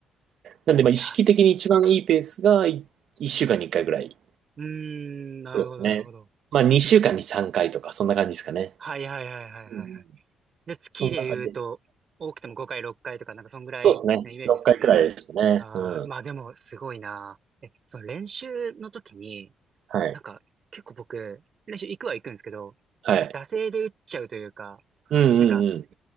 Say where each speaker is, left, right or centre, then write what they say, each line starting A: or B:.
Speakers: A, on the right; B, on the right.
A: なんで、まあ、
B: いやー、
A: 意識的に一番いいペースがい1週間に1回ぐらい。
B: うーん、なるほどなるほど。
A: そうですね。まあ、2週間に3回とか、そんな感じですかね。
B: はいはいはいはいはいはい。
A: うん。
B: で、月で言うと、
A: そんな感じ。
B: 多くても5回6回とか、なんかそんぐらいのイメージですかね。
A: そうですね。6回くらいでしたね。
B: ああ、
A: うん。
B: まあでもすごいな。え、その練習の時に、
A: はい。
B: なんか結構僕、練習行くは行くんですけど、
A: はい。
B: なんか惰性で打っちゃうというか、
A: うんうんうん。
B: なんか、